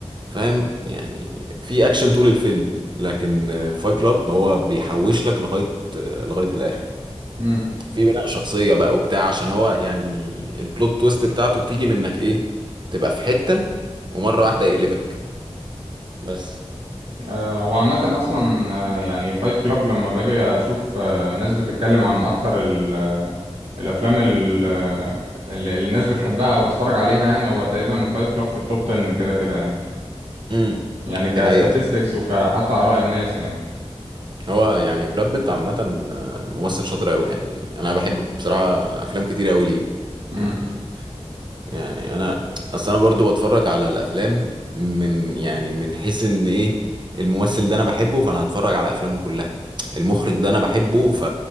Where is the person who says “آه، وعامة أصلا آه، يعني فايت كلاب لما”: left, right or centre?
Right